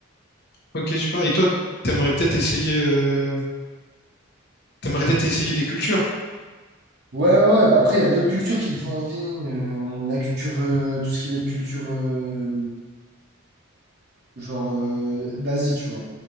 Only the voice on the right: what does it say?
Ouais, ouais, ouais, bah après, il y a d'autres cultures qui me font envie. euh, la culture, euh, tout ce qui va être culture euh, genre euh, d'Asie, tu vois.